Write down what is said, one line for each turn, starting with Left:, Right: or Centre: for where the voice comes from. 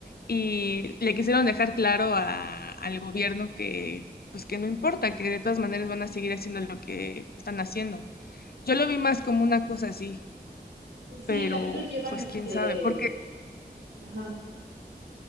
Left: y le quisieron dejar claro a- al gobierno que, pues que no importa, que de todas maneras van a seguir haciendo lo que están haciendo. Yo lo vi más como una cosa así,
Right: Pues
Left: pero
Right: sí, también los llevan,
Left: pues quién
Right: eh,
Left: sabe, porque
Right: ajá,